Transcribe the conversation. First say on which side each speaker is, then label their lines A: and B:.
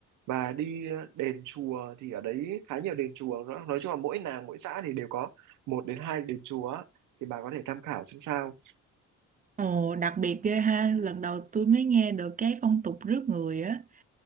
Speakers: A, on the right (about 85°); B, on the right (about 25°).
A: và đi ờ, đền chùa thì ở đấy khá nhiều đền chùa nói, nói chung là mỗi làng mỗi xã thì đều có một đến hai đền chùa thì bà có thể tham khảo xem sao
B: Ồ, đặc biệt ghê ha, lần đầu tôi mới nghe được cái phong tục rước người á.